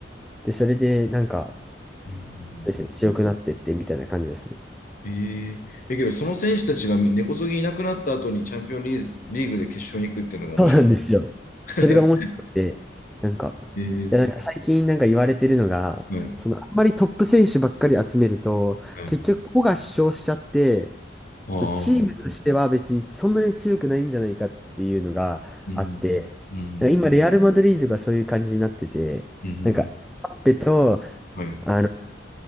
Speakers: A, in the centre; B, on the left (about 50°).
A: で、それでなんか、
B: うん
A: ですね、強くなってってみたいな感じですね。
B: えええ、けど、その選手たちが根こそぎいなくなった後にチャンピオンリーズ、リーグで決勝に行くっていうのが面白い。
A: そうなんですよ。
B: <laughs>
A: それが面白くて、なんか、
B: ええ
A: いや、なんか最近なんか言われてるのが、
B: はい、
A: そのあんまりトップ選手ばっかり集めると、
B: はい。
A: 結局個が主張しちゃって、
B: ああ、
A: そのチームとしては別にそんなに強くないんじゃないかっていうのがあって、
B: うん、うん、
A: なんか今レアル・マドリードがそういう感じになってて、
B: うん、
A: なんか、エムバペと、
B: はい、
A: あの、